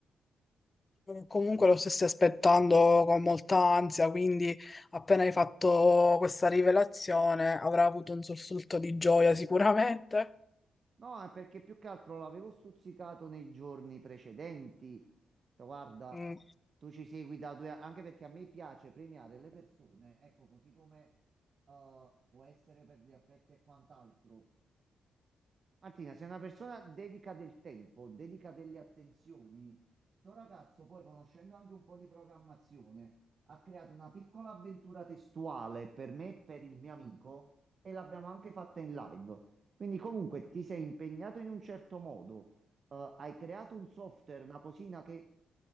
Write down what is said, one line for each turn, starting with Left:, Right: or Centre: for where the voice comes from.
Left: Comunque lo stessi aspettando con molta ansia, quindi appena hai fatto questa rivelazione avrà avuto un sussulto di gioia <laughs> sicuramente.
Right: No, è perché più che altro l'avevo stuzzicato nei giorni precedenti. Ho detto, Guarda,
Left: Mm.
Right: tu ci segui da due anni, anche perché a me piace premiare le persone, ecco, così come eh, può essere per gli affetti e quant'altro. Martina, sei una persona dedica del tempo, dedica delle attenzioni. Sto ragazzo, poi conoscendo anche un po' di programmazione, ha creato una piccola avventura testuale per me e per il mio amico e l'abbiamo anche fatta in live. Quindi comunque ti sei impegnato in un certo modo, eh, hai creato un software, una cosina che